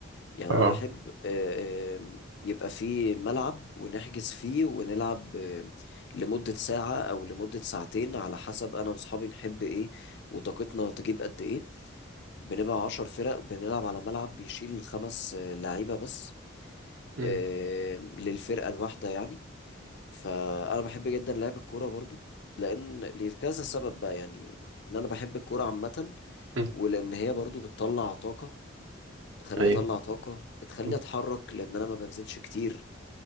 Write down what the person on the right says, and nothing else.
اه
مم.
مم.
ايوه
مم.